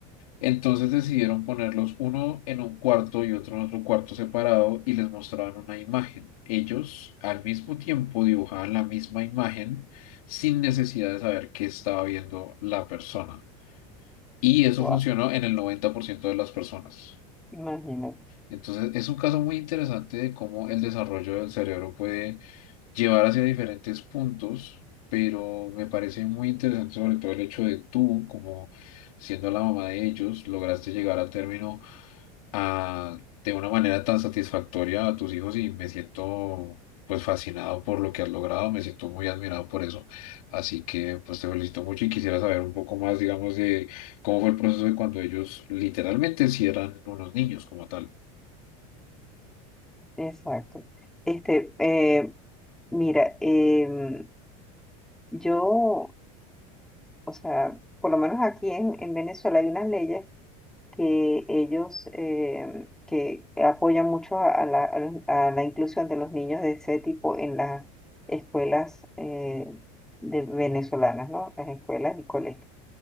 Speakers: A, on the left (about 80°); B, in the centre.
A: Entonces decidieron ponerlos uno en un cuarto y otro en otro cuarto separado y les mostraban una imagen. Ellos al mismo tiempo dibujaban la misma imagen sin necesidad de saber qué estaba viendo la persona. Y eso
B: Guau,
A: funcionó en el 90% de las personas.
B: imagínate,
A: Entonces es un caso muy interesante de cómo el desarrollo del cerebro puede llevar hacia diferentes puntos, pero me parece muy interesante sobre todo el hecho de tú, como siendo la mamá de ellos, lograste llegar a término a- de una manera tan satisfactoria a tus hijos y me siento pues fascinado por lo que has logrado, me siento muy admirado por eso. Así que pues te felicito mucho y quisiera saber un poco más, digamos, de cómo fue el proceso de cuando ellos literalmente sí eran unos niños como tal.
B: exacto. Este, eh, mira, em, yo, o sea, por lo menos aquí en, en Venezuela hay unas leyes que ellos em, que apoyan mucho a, a la, a los- a la inclusión de los niños de ese tipo en las escuelas eh, de venezolanas, ¿no? Las escuelas y colegios.